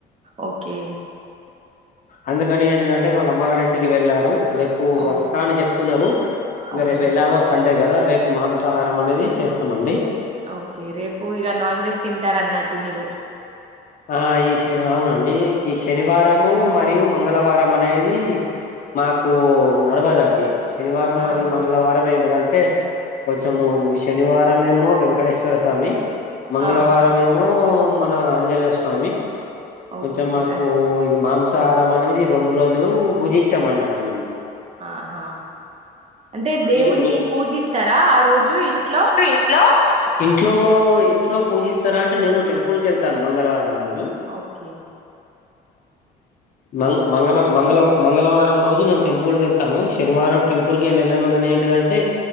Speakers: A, on the right (about 40°); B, on the left (about 50°).
A: ఓకే
B: అందుకని ఏంటిదంటే వాళ్ళ అమ్మగారు ఇంటికి వెళ్లారు రేపు
A: ఓహో
B: వస్తా అని చెప్తున్నారు ఇక
A: ఓకే
B: రేపు ఎలాగ వస్ సండే కదా రేపు మాంసాహారం అనేది చేస్తామండి
A: ఓకే రేపు ఇక నాన్ వెజ్ తింటారు అన్నట్టు మీరు
B: ఆ ఈ శని అవునండి ఈ శనివారము
A: ఉహు.
B: మరియు మంగళవారం అనేది మాకు నడవదండి శనివారం
A: ఆహా
B: మరియు మంగళవారం ఏంటిదంటే? కొంచెము శనివారంమేమో వెంకటేశ్వర స్వామి మంగళవారం
A: ఆహా
B: మేమో మో మన ఆంజనేయ స్వామి కొంచెం
A: ఓకే
B: మాకు ఇది మాంస్ సహారం అనేది రెండు రోజులు భుజించం అన్నట్టు మేము
A: ఆహా అంటే దేవుడిని
B: మిగి
A: పూజిస్తారా ఆ రోజు ఇంట్లో
B: ఇంట్లో ఇంట్లో ఇంట్లో పూజిస్తారా అంటే నేను టెంపుల్కీ వెళ్తాను మంగళవారం రోజు
A: ఓకే
B: మంగ్ మంగళ మంగళ మంగళవారం రోజు నేను టెంపుల్ కి వెళ్తాను శనివారం టెంపుల్ కి ఏమి వెళ్ళను గానీ ఏంటిదంటే